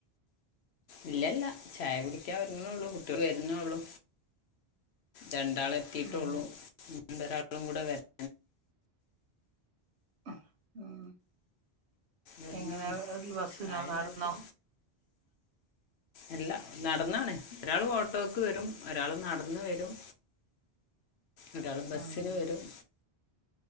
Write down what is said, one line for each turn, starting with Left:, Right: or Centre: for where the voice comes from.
Left: ഇല്ലല്ല ചായ കുടിക്കാൻ ഒര്ങ്ങ്ളൊള്ളൂ കുട്ട്യേൾ വെര്ന്നോള്ളു രണ്ടാള് എത്തീട്ടൊള്ളൂ
Right: ഉം
Left: ഇഞ്ഞുണ്ടൊരാളും കൂടെ വരാന്
Right: ഉം ഉം
Left: വരുന്നുള്ളൂ
Right: എങ്ങനെ ല് ബസ്സ്നോ
Left: ചായ ഉണ്ടാക്കി
Right: നടന്നോ
Left: ഇല്ല നടന്നാണ് ഒരാള് ഓട്ടോക്ക് വരും ഒരാള്നടന്ന് വെരും ഒരാള് ബസ്സിന്
Right: ഉം
Left: വരും